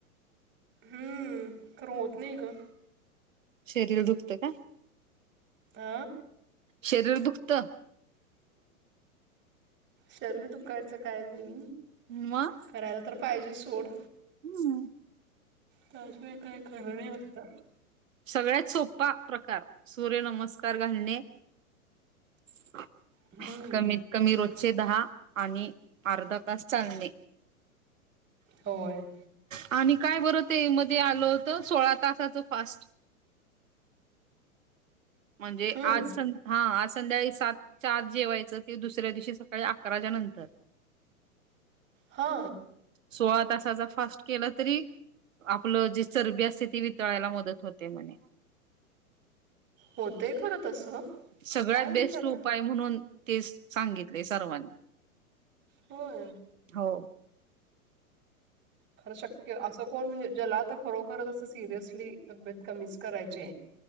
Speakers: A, on the right; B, on the right.
A: हम्म खर होत नाही ग.
B: शरीर दुखत का?
A: अ
B: शरीर दुखत.
A: शरीर दुखायच काय नाही,
B: मग
A: करायला तर पाहिजे सोड.
B: हम्म
A: त्याशिवाय काय खर नाही आता.
B: सगळ्यात सोपा प्रकार सूर्य नमस्कार घालणे. <inaudible>
A: हम्म
B: कमीत कमी रोजचे दहा, आणि अर्धा तास चालणे.
A: होय
B: आणि काय बरं ते मध्ये आल होत, सोळा तासाच फास्ट म्हणजे
A: हम्म
B: आज सं हा आज संध्याकाळी सातच्या आत जेवायच, ते दुसऱ्या दिवशी सकाळी अकराच्या नंतर.
A: हो
B: सोळा तासाचा फास्ट केला तरी आपल जी चरबी असते ती वितळायला मदत होते म्हणे.
A: होतय खर तस.
B: सगळ्यात
A: काय माहित
B: बेस्ट
A: आता.
B: उपाय म्हणून तेच सांगितलय सर्वांनी.
A: होय
B: हो
A: खर शक्य, अस कोण म्हणजे ज्याला आता खरोखरच अस सिरियसली तब्येत कमीच करायची आहे.